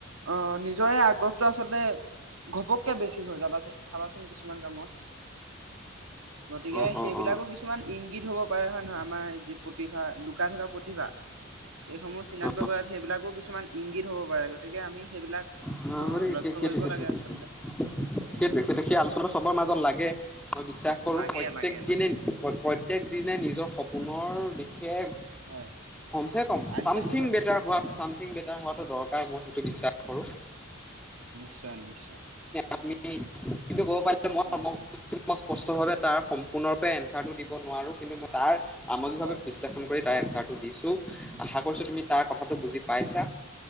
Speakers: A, on the right; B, in the centre.
A: অ নিজৰে আগ্ৰহটো আচলতে ঘপককে বেছি হয় যাবাচোন চাবাচোন কিছুমান কিছুমান কামত গতিকে
B: অ
A: সেইবিলাকো
B: অ অ
A: কিছুমান ইংগিত হব পাৰে হয়ে নহয় আমাৰ প্ৰতিভা লুকাই থকা প্ৰতিভা এইেইসমূহ চিনাক্ত
B: অ
A: কৰাত সেইবিলাকো কিছুমান ইংগিত হ'ব পাৰে গতিকে আমি সেইবিলাক
B: হ
A: অ লক্ষ্য
B: সেই সেইটো
A: কৰিব
B: সেইটো
A: লাগে
B: সেইটো
A: আচলতে
B: সেইটো সেইটোোৱে
A: হয়
B: সেইটো সেই আলোচনা চবৰ মাজত লাগে মই বিশ্বাস কৰো
A: লাগে
B: প্ৰত্যয়েক
A: লাগে লাগে
B: দিনে প্ৰত্যেক দিনে নিজৰ সপোনৰ দিশ সেয়
A: হয়
B: কমচে কম
A: আগবাঢ়িব
B: ছামথিং
A: লাগে
B: বেটাৰ হোৱাটো
A: হয়
B: ছামথিং বেটাৰ হোৱাটো দৰকাৰ ত বহত বিশ্বাস কৰোঁ
A: নিশ্চয় নিশ্চয়
B: আপুনিন্ত কক প
A: হয়,
B: মই
A: হয়,
B: <inaudible> স্পষ্টভাৱে তাৰ সম্পূৰ্ণৰূপে এনচাৰটো দিব নোৱাৰো কিন্তু মই তাৰ সামগ্ৰিভাৱে
A: হয়, হয়,
B: বিশ্লেষণ কৰি তাৰ এনঞ্চাৰ দিছো আশা কৰিছোঁ তুমি তাৰ কথাটো বুজি পাইছা।